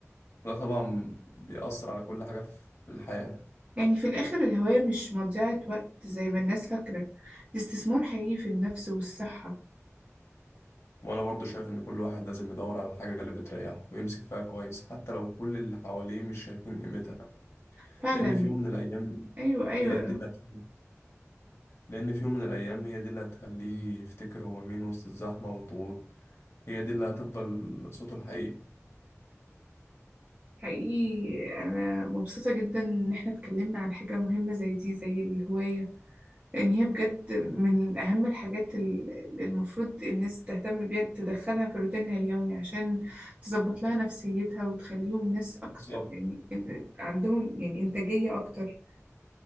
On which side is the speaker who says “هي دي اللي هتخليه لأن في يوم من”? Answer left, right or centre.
Left